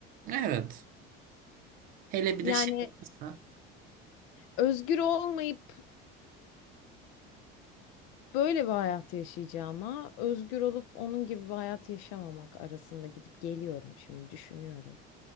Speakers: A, on the right; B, on the left.
A: Evet. Hele bir
B: Yani
A: de şey varsa.
B: özgür olmayıp Böyle bir hayat yaşayacağıma özgür olup onun gibi bir hayat yaşamamak arasında gidip geliyorum şimdi düşünüyorum.